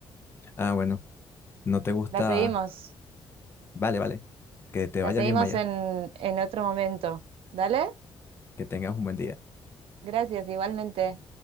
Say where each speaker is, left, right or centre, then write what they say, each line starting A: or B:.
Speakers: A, on the left; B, on the right.
A: Ah, bueno, no te gusta.
B: La seguimos,
A: Vale, vale. Que te
B: la
A: vaya
B: seguimos
A: bien, Maya.
B: en, en otro momento. ¿Dale?
A: Que tengas un buen día.
B: Gracias, igualmente.